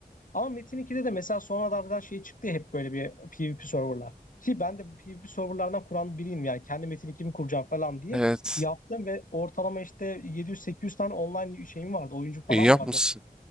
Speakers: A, on the left; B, in the centre.
A: Ama Metin ikide de mesela sonralardan şey çıktı ya hep böyle bir PvP serverlar. Ki ben de bu PvP serverlardan kuran biriyim yani. Kendi Metin ikimi kuracağım falan diye
B: Evet.
A: yaptım ve ortalama işte 700-800 tane online şeyim vardı. Oyuncu falan
B: İyi yapmışsın.
A: vardı.